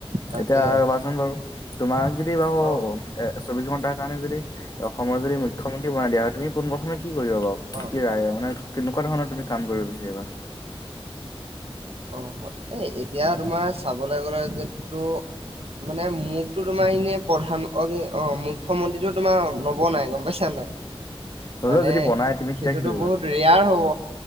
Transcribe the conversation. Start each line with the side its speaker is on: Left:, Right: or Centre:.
Right: তাকে
Left: এতিয়া ৰবাচোন বাৰু তোমাক যদি বাৰু
Right: অ
Left: এ চৌবিশ ঘন্টাৰ কাৰণে যদি অসম মই যদি মুখ্যমন্ত্ৰী বনাই দিয়া, তুমি পোন প্ৰথম কি কৰিব বাৰু
Right: অ
Left: কি ৰায় মানে কেনেকুৱা ধৰণৰ তুমি কাম কৰিব বিচাৰিবা?
Right: অ এ এতিয়া তোমাৰ চাবলৈ গ'লে যিটো মানে মোকতো তোমাৰ এনে প্ৰধান অ মুখ্যমন্ত্ৰীটো তোমাৰ নব নাই গম পাইছা নাই
Left: হ'লেও
Right: মানে
Left: যদি বনাই তুমি তেতিয়া
Right: সেইটোতো
Left: কি কৰিবা
Right: বহুত ৰেয়াৰ হ'ব।